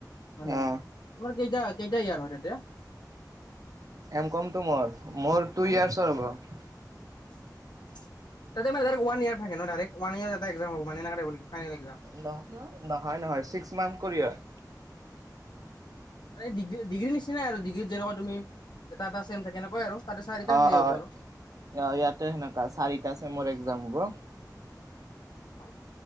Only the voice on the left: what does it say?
মানে
তোমাৰ কেইটা কেইটাই ইয়াৰ হয় তাতে?
উম
<inaudible> তাতে মানে ওৱান ইয়েৰ থাকে ন' ডাইৰেক্ট ওৱান ইয়েৰ এটা এক্সাম হ'ব মানে <unintelligible> ফাইনেল এক্সাম?
মানে ডিগ্ৰী ডিগ্ৰী নিচিনাই আৰু ডিগ্ৰীত যেনেকুৱা তুমি এটা-এটা ছেম থাকে তেনেকুৱাই আৰু। তাতে চাৰিটা
সেই হ'ব আৰু
অঁ!